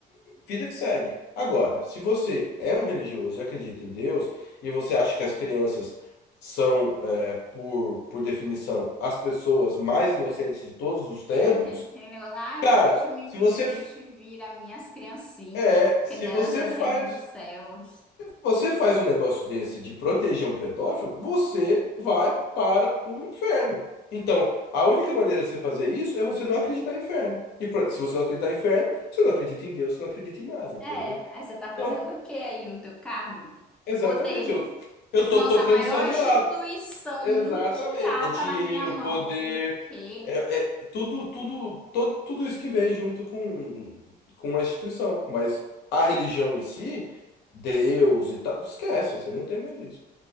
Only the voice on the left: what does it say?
vida que segue. Agora, se você é um religioso e acredita em Deus, e você acha que as crianças são, é, por, por definição, as pessoas mais inocentes de todos os tempos,
cara,
se
você,
é,
se
você
faz.
Você faz um negócio desse de proteger um pedófilo, você vai para o inferno. Então, a única maneira de você fazer isso é você não acreditar em inferno. E pra- se você não acreditar em inferno, você não acredita em Deus, você não acredita em nada, entendeu?
Então,
exatamente.
Eu, eu
tô
tocando
só de
lado. Exatamente.
É dinheiro,
poder,
é, é tudo, tudo, to- tudo isso que vem junto com, com a instituição. Mas a religião em si, Deus e tal, esquece, você não tem mais isso.